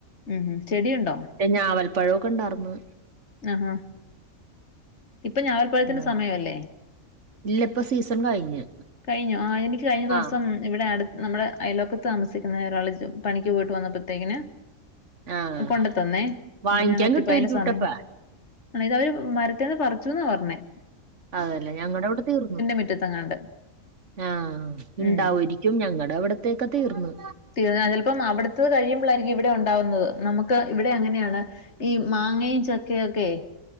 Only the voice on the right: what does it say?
ഞാവൽപ്പഴമൊക്കെണ്ടാർന്ന്.
ആഹ്
ഇല്ല ഇപ്പൊ സീസൺ കഴിഞ്ഞ്
ആഹ്
ആഹ്
വാങ്ങിക്കാൻ
കിട്ടുമായിരിക്കും
കുട്ടപ്പ
അതെല്ലേ ഞങ്ങടെ ഇവിടെ തീർന്നു.
ആഹ്. ഇണ്ടാവാരിക്ക്യും,
ഞങ്ങടെ ഇവടത്തേയൊക്കെ തീർന്ന്.